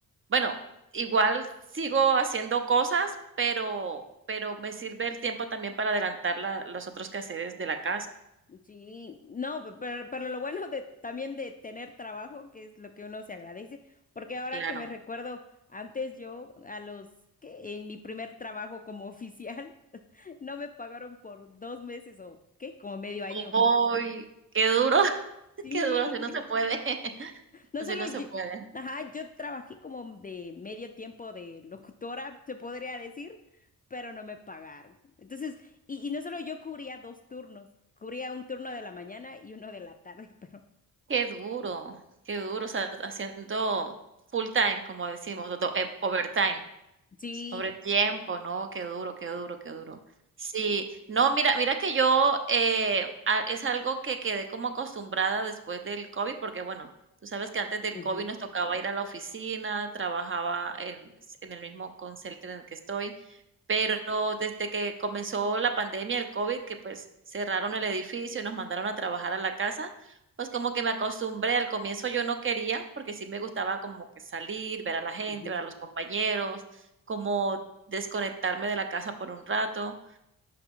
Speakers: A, on the right (about 35°); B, on the left (about 25°).
A: bueno, igual sigo haciendo cosas, pero, pero me sirve el tiempo también para adelantar la- los otros quehaceres de la casa.
B: Sí, no, pe- pero, pero lo bueno de también de tener trabajo, que es lo que uno se agradece, porque ahora
A: Claro.
B: que me recuerdo, antes yo a los que en mi primer trabajo como oficial <laughs> no me pagaron por dos meses o qué, como medio año.
A: ¡Ay, qué duro, <laughs>
B: Sí.
A: qué duro, así no se puede, <laughs>
B: No
A: así
B: solo
A: no
B: yo,
A: se puede.
B: ajá, yo trabajé como de medio tiempo de locutora, se podría decir, pero no me pagaron. Entonces, y, y no solo yo cubría dos turnos, cubría un turno de la mañana y uno de la tarde, <laughs> pero
A: Qué duro, qué duro, o sea, haciendo full time, como decimos, do do eh, overtime.
B: sí.
A: Sobre tiempo, no, qué duro, qué duro, qué duro. Sí, no, mira, mira que yo eh, a- es algo que quedé como acostumbrada después del COVID, porque bueno, tú sabes que antes del
B: Ujú,
A: COVID nos tocaba ir a la oficina, trabajaba en, en el mismo consulting en el que estoy, pero desde que comenzó la pandemia, el COVID, que pues cerraron el edificio y nos mandaron a trabajar a la casa, pues como que me acostumbré, al comienzo yo no quería, porque sí me gustaba como que salir, ver a la gente,
B: ujú.
A: ver a los compañeros como desconectarme de la casa por un rato.